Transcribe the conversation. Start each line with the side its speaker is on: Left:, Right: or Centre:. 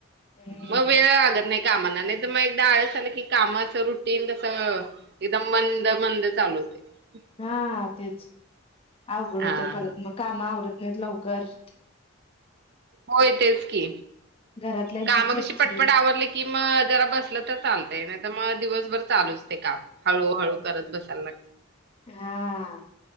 Left: हम्म
Right: मग वेळ लागतं नाही का म्हणा नाहीतर मग एकदा आळस आला की कामाच रूटीन एकदम मंद मंद चालू <unintelligible>
Left: हा तेच अवघड
Right: हा
Left: होते
Right: हा
Left: परत मग काम आवरत लवकर
Right: होय तेच की
Left: घरातल्यांची
Right: काम
Left: चिडचिड
Right: कशी पटपट आवरली की मग जरा बसलं तर चालतं. नाही तर मला दिवसभर चालूच ते काम हळू हळू करत बसायला लागते.
Left: हा